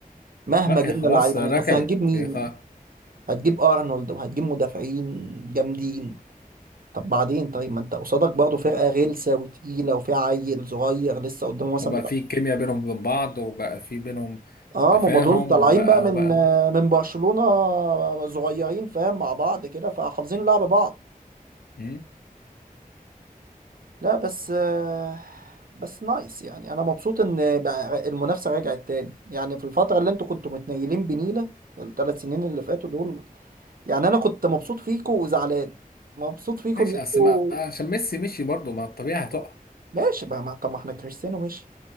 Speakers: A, on the right (about 70°); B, on the left (about 80°).
A: مهما
B: لا
A: جبنا
B: هي خلاص
A: لعيبة
B: ركبت
A: اصل هنجيب مين
B: هي خلاص
A: يعني هتجيب ارنولد وهتجيب مدافعين جامدين طب بعدين طيب ما انت قصادك برضه فرقه غلسه وتقيله وفيها عيل صغير لسه قدامه مثلا
B: وبقى
A: بتاع
B: في كيمياء بينهم وبين بعض وبقى في بينهم
A: اه
B: تفاهم
A: ما هم دول طالعين
B: وبقى
A: بقى من
B: وبقى
A: من برشلونه صغيرين فاهم مع بعض كده فحافظين لعب بعض
B: مم؟
A: لا بس آه، بس نايس يعني انا مبسوط ان بقى المنافسه رجعت تاني يعني في الفتره اللي انتوا كنتوا متنيلين بنيله الثلاث سنين اللي فاتوا دول يعني انا كنت مبسوط فيكوا وزعلان مبسوط فيكوا
B: ماشي
A: ان انتوا
B: اصل ما- عشان ميسي مشي برضه ما الطبيعة هتقع
A: ماشي بقى ما طب ما احنا كريستيانو ماشي